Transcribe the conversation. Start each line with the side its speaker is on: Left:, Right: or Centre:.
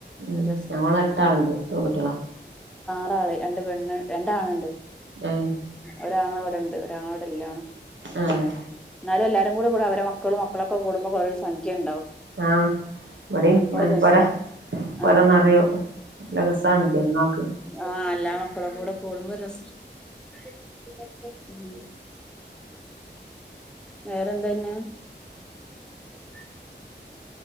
Right: ഉം
Centre: ഒരു രസാ
Right: ഞങ്ങൾ എട്ടാള്ണ്ട് പെൺ കുട്ട്യാളാ
Centre: ആള് രണ്ട് പെണ്ണ് രണ്ടാണ്ണ്ണ്ട്
Right: ഏഹ്
Centre: ഒരാങ്ങള ഉണ്ട് ഒരാങ്ങളടല്യാണം
Right: ആഹ്
Centre: എന്നാലും എല്ലാരും കൂടെ കൂടെ അവര മക്കളും മ മക്കളൊക്കെ കൂടുമ്പോൾ ഒരു സംഖ്യ ഉണ്ടാവും
Right: ആഹ് ഇവിടെയും
Centre: അപ്പൊ
Right: അങ്ങനെ
Centre: ഒരു രസാ
Right: പൊര പൊര
Centre: ആ
Right: നിറയും നല്ല രസമാണ് പെരുന്നാക്ക്
Centre: ആ എല്ലാ മക്കളും കൂടെ കൂടുമ്പോൾ രസം <unintelligible> ഉം വേറെന്താപിന്നെ <unintelligible>